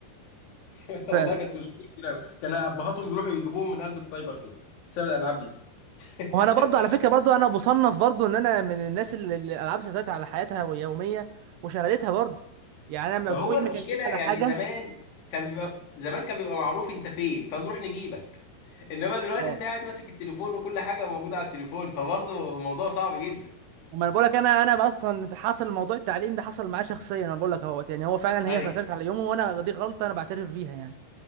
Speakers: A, on the left; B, on the right.
A: <laughs>
B: فعلا
A: والله كانت مشكله كبيره قوي كان ابهاتهم بيروحوا يجيبوهم من قلب السايبر كده بسبب الالعاب دي <laughs>
B: وانا برضو على فكره برضو انا بصنف برضو ان انا من الناس اللي اللي الالعاب سيطرت على حياتها ويوميه وشغلتها برضو يعني انا
A: ما
B: مجموعي
A: هو المشكله
B: ما كانش
A: يعني
B: اعلى حاجه
A: زمان كان بيبقى
B: مم.
A: زمان كان بيبقى معروف انت فين فنروح نجيبك انما دلوقتي
B: اه
A: انت قاعد ماسك التليفون وكل حاجه موجوده على التليفون فبرضه الموضوع صعب جدا
B: وما انا بقول لك انا انا اصلا حصل موضوع التعليم ده حصل معايا شخصيا انا بقول لك اهوت يعني هو فعلا
A: ايوه
B: هي سيطرت على يومه وانا دي غلطه انا بعترف بيها يعني